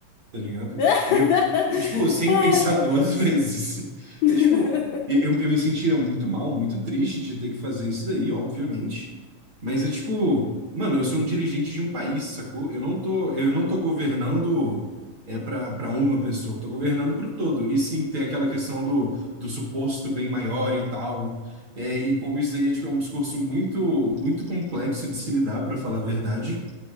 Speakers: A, on the right (about 50°); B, on the left (about 85°).
A: tá ligado?
B: <laughs>
A: E eu, e, tipo, sem
B: Ai,
A: pensar
B: meu
A: duas
B: Deus.
A: <laughs> vezes.
B: <laughs>
A: É tipo, e eu, eu me sentiria muito mal, muito triste de ter que fazer isso daí, obviamente. Mas é tipo, mano, eu sou um dirigente de um país, sacou? Eu não tô, eu não tô governando é para para uma pessoa, eu tô governando para o todo. E sim, tem aquela questão do, do suposto bem maior e tal. É, e como isso aí é, tipo, é um discurso muito, muito complexo de se lidar, para falar a verdade.